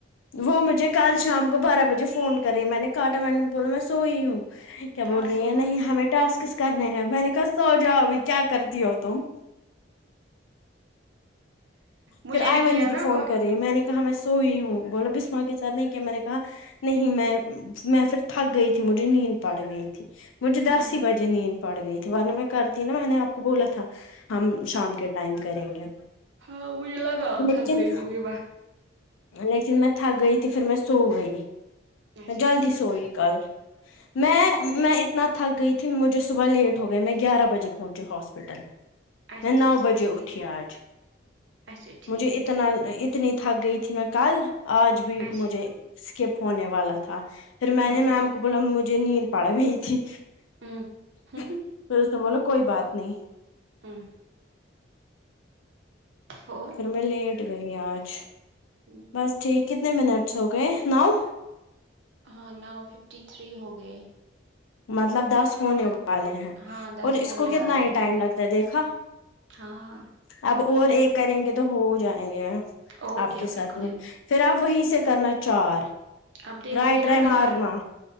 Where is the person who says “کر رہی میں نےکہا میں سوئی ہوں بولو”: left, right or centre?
Left